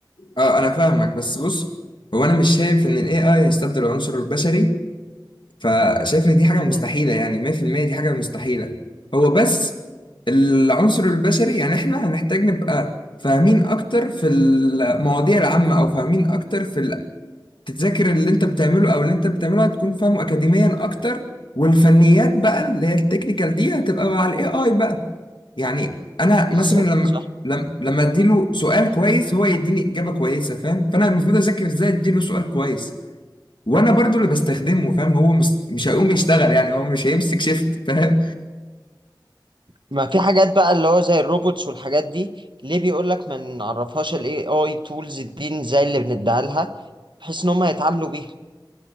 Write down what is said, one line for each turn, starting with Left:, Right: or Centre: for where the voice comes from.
Left: اه انا فاهمك بس بص هو انا مش شايف ان الاي اي هيستبدل العنصر البشري فشايف ان دي حاجه مستحيله
Right: مم.
Left: يعني 100% دي حاجه مستحيله هو بس العنصر البشري يعني احنا هنحتاج نبقى فاهمين اكتر في المواضيع العامه او فاهمين اكتر في تتذاكر اللي انت بتعمله او اللي انت بتعمله هتكون فاهمه اكاديميا اكتر والفنيات بقى اللي هي التكنيكال دي هتبقى مع الاي اي بقى يعني انا
Right: بالظبط
Left: مثلا لما
Right: صح
Left: لما لما اديله سؤال كويس هو يديني اجابه كويسه فاهم فانا المفروض اذاكر ازاي اديله سؤال كويس وانا برضو اللي بستخدمه فاهم هو مس... مش هيقوم يشتغل يعني هو مش هيمسك شيفت فاهم
Right: ما في حاجات بقى اللي هو زي الروبوتس والحاجات دي ليه بيقول لك ما نعرفهاش الاي اي تولز دي زي اللي بنديها لها بحيث ان هم يتعاملوا بيها